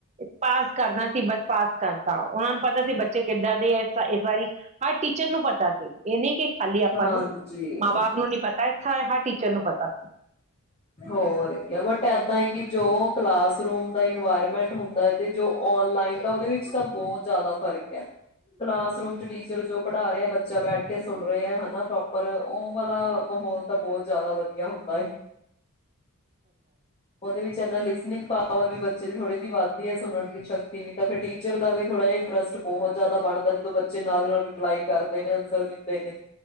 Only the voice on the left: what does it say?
ਹਾਂਜੀ।
ਹੋਰ ਕਿਆ, ਬਟ ਆਪਾ ਏਹ ਕਿ ਜੋ ਕਲਾਸ ਰੂਮ ਦਾ ਇਨਵਾਇਰਮੈਂਟ ਹੁੰਦਾ ਏ ਤੇ ਜੋ ਔਨਲਾਈਨ, ਓਦੇ ਵਿਚ ਤਾਂ ਬਹੁਤ ਜਿਆਦਾ ਫ਼ਰਕ ਆ। ਕਲਾਸਰੂਮ ਚ ਟੀਚਰ ਜੋ ਪੜ੍ਹਾ ਰਿਹਾ ਬੱਚ ਬੱਚਾ ਬੈਠ ਕੇ ਸੁਣ ਆ ਦੇਖਾ ਰੇਹਾ ਹੈ ਹਨਾ ਪ੍ਰੋਪਰ ਉਹ ਵਾਲਾ ਮਾਹੌਲ ਤਾਂ ਬਹੁਤ ਜ਼ਿਆਦਾ ਵਧੀਆ ਹੁੰਦਾ ਹੈ ਉਹਦੇ ਵਿੱਚ ਲਿਸਨਿੰਗ ਪਾਵਰ ਵੀ ਬੱਚੇ ਦੀ ਥੋੜੀ ਜਿਹੀ ਵੱਧਦੀ ਹੈ ਸੁਣਨ ਦੀ ਸ਼ਕਤੀ ਵੀ ਤਾਂ ਫਿਰ ਟੀਚਰ ਦਾ ਵੀ ਥੋੜ੍ਹਾ ਜਿਹਾ ਇੰਟਰਸਟ ਬਹੁਤ ਜ਼ਿਆਦਾ ਬਣਦਾ ਜਦੋਂ ਬੱਚੇ ਨਾਲ ਨਾਲ ਰਿਪਲਾਈ ਕਰਦੇ ਨੇ ਆਨਸਰ ਦੇ